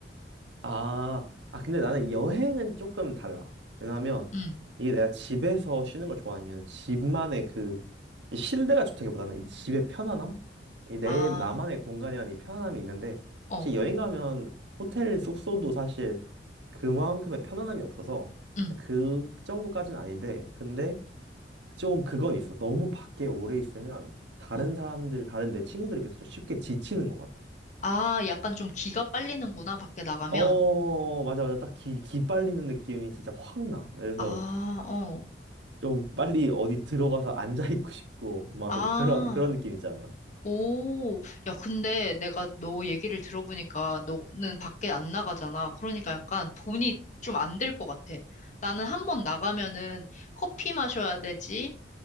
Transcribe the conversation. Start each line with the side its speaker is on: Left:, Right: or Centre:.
Right: 아, 아, 근데 나는 여행은 조금 달라. 왜냐면
Left: 응.
Right: 이게 내가 집에서 쉬는 걸 좋아하는 이유는 집만의 그이 실내가 좋다기보다는 이 집의 편안함? 이 내
Left: 아,
Right: 나만의 공간이라는 이 편안함이 있는데
Left: 어,
Right: 사실 여행 가면 호텔 숙소도 사실 그만큼의 편안함이 없어서
Left: 응.
Right: 그 정도까지는 아닌데 근데 좀 그건 있어. 너무 밖에 오래 있으면 다른
Left: 어.
Right: 사람들, 다른 내 친구들에 비해서 좀 쉽게 지치는 것 같아.
Left: 아, 약간 좀 기가 빨리는구나, 밖에 나가면.
Right: 어, 맞아, 맞아. 딱 기, 기 빨리는 느낌이 진짜 확 나. 그래서
Left: 아, 어.
Right: 좀 빨리 어디 들어가서 앉아있고 싶고, 막
Left: 아.
Right: 그런, 그런 느낌 있잖아.
Left: 오, 야, 근데 내가 너 얘기를 들어보니까 너는 밖에 안 나가잖아. 그러니까 약간 돈이 좀 안 들 것 같아. 나는 한번 나가면은 커피 마셔야 되지,